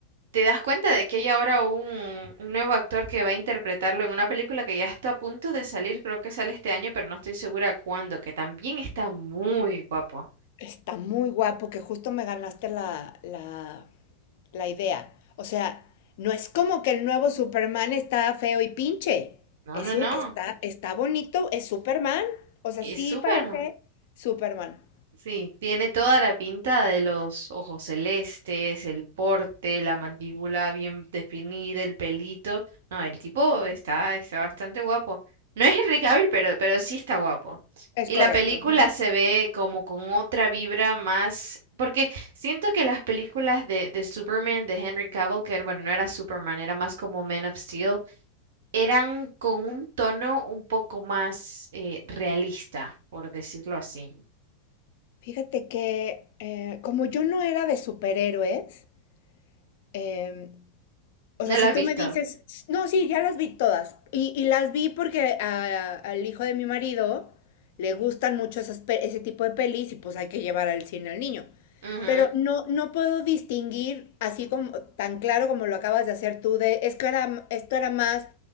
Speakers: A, on the right (about 55°); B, on the left (about 50°).
A: ¿te das cuenta de que hay ahora un, un nuevo actor que va a interpretarlo en una película que ya está a punto de salir? Creo que sale este año, pero no estoy segura cuándo, que también está muy guapo.
B: Está muy guapo que justo me ganaste la, la, la idea. O sea, no es como que el nuevo Superman está feo y pinche.
A: No,
B: Eso
A: no, no.
B: está, está bonito, es Superman. O sea,
A: Es
B: sí
A: Superman.
B: parece Superman.
A: Sí, tiene toda la pinta de los ojos celestes, el porte, la mandíbula bien definida, el pelito. No, el tipo está, está bastante guapo. No es Henry Cavill, pero, pero sí está guapo.
B: Es
A: Y
B: correcto,
A: la película
B: ¿no?
A: se ve como con otra vibra más, porque siento que las películas de, de Superman, de Henry Cavill, que bueno, no era Superman, era más como Man of Steel, eran con un tono un poco más eh, realista, por decirlo así.
B: Fíjate que eh, como yo no era de superhéroes, em, O
A: ¿No
B: sea, si
A: lo has
B: tú
A: visto?
B: me dices, no, sí, ya las vi todas. Y, y las vi porque a- al hijo de mi marido le gustan mucho esas pe- ese tipo de pelis y pues hay que llevar al cine al niño.
A: Ujú.
B: Pero no, no puedo distinguir así como tan claro como lo acabas de hacer tú de, es que era- esto era más